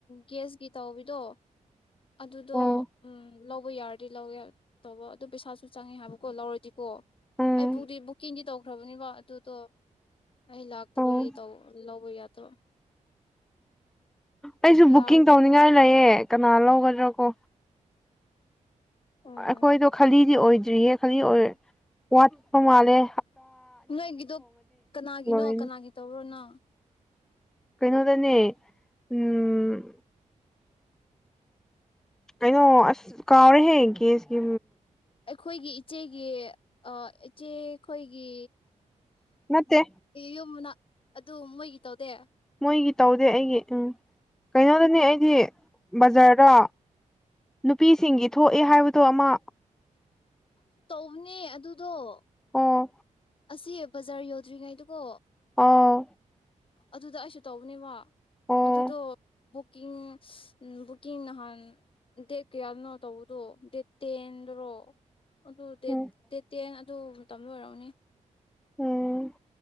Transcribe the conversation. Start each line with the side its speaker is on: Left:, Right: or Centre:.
Left: ꯒꯦꯁꯀꯤ ꯇꯧꯋꯗꯣ ꯑꯗꯨꯗꯣ
Centre: ꯑꯣ
Left: ꯎꯝ ꯂꯧꯕ ꯌꯥꯔꯗꯤ꯫ ꯂꯧꯋꯦ ꯇꯧꯕ ꯑꯗꯨ ꯄꯩꯁꯥꯁꯨ ꯆꯪꯉꯦ ꯍꯥꯏꯕꯀꯣ ꯂꯧꯔꯗꯤꯀꯣ꯫
Centre: ꯎꯝ
Left: ꯑꯩꯕꯨꯗꯤ ꯕꯨꯛꯤꯡꯗꯤ ꯇ꯫ ꯐ꯭ꯔꯕꯅꯤꯕ ꯑꯗꯨꯣ ꯑꯩ꯫ ꯇ ꯂ
Centre: ꯑꯣ
Left: ꯌꯥ꯫ ꯇꯣ꯫
Centre: ꯑꯩꯁꯨ
Left: ꯌꯥꯔꯗꯤ
Centre: ꯕꯨꯛꯀꯤꯡ ꯇꯧꯅꯤꯡꯉꯥꯏ
Left: ꯂꯧꯅꯤ
Centre: ꯂꯩꯌꯦ꯫ ꯀꯅꯥꯂꯣ ꯔꯥ ꯀꯣ꯫
Left: ꯑꯣ
Centre: ꯑꯩꯈꯣꯏꯗꯣ ꯈꯂꯤꯗꯤ ꯑꯣꯏꯗ꯫ ꯔꯤꯌꯦ ꯈ ꯑꯣꯋꯥ ꯃꯥꯦ꯫
Left: ꯅꯣꯏꯒꯤꯗꯣ ꯀꯅꯥꯒꯤꯅꯣ
Centre: ꯂꯣꯏꯔꯅꯤ
Left: ꯀꯅꯥꯒꯤ ꯇꯧꯔꯣꯅꯣ꯫
Centre: ꯀꯩꯅꯣꯗꯅꯦ ꯎꯝ꯫ ꯀꯩꯅꯣ ꯑꯁ ꯀꯥꯎꯔꯦꯍꯦ ꯦꯁꯀꯤ꯫
Left: ꯑꯩꯈꯣꯏꯒꯤ꯫ ꯏꯆꯦꯒꯤ ꯏꯆꯦꯈꯣꯏꯒꯤ꯫
Centre: ꯅꯠꯇꯦ
Left: ꯌꯨꯝꯅ꯫ ꯑꯗꯨ ꯃꯣꯏꯒꯤ ꯇꯥꯎꯗꯦ꯫
Centre: ꯃꯣꯏꯒꯤ ꯇꯧꯗꯦ ꯑꯩꯒꯤ ꯎꯝ ꯀꯩꯅꯣꯗꯅꯦ ꯑꯩꯗꯤ ꯕꯖꯥꯔꯗ ꯅꯨꯄꯤꯁꯤꯡꯒꯤ꯫ ꯊꯣꯛꯑꯦ ꯍꯥꯏꯕꯗꯣ ꯑꯃ꯫
Left: ꯕꯅꯦ ꯑꯗꯨꯗꯣ꯫
Centre: ꯑꯣ꯫
Left: ꯑꯁꯤ ꯕꯖꯥꯔ ꯌꯧꯗ꯭ꯔꯤꯉꯩꯗꯨꯀꯣ꯫
Centre: ꯑꯥ꯫
Left: ꯑꯗꯨꯗ ꯑꯩꯁꯨ ꯇꯧꯕꯅꯦꯕ꯫
Centre: ꯑꯣ
Left: ꯑꯗꯨꯗꯣ꯫ ꯕꯨꯛꯀꯤꯡ ꯕꯨꯛꯀꯤꯡ ꯅꯍꯥꯟ ꯗꯦꯠ ꯀꯌꯥꯗꯅꯣ ꯇꯧꯕꯗꯣ ꯗꯦꯠ ꯇꯦꯟꯗꯔꯣ꯫ ꯑꯣ ꯗꯦꯠ
Centre: ꯎꯝ
Left: ꯫ ꯑꯗꯨ ꯇꯗ ꯑꯣꯏꯔꯛꯎꯅꯦ꯫
Centre: ꯎꯝ꯫